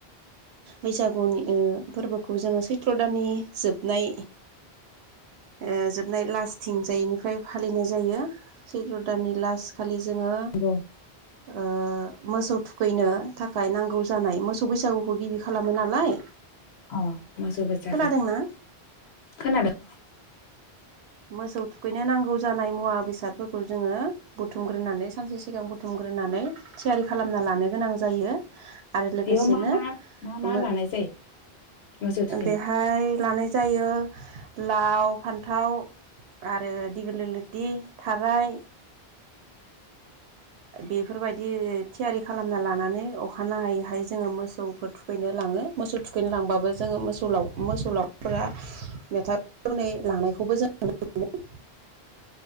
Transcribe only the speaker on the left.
नंगौ
औ मोसौ बैसागु
खोनादों।
बेयाव मा मा मा मा
लानाय जायो मोसौ थुखैनायाव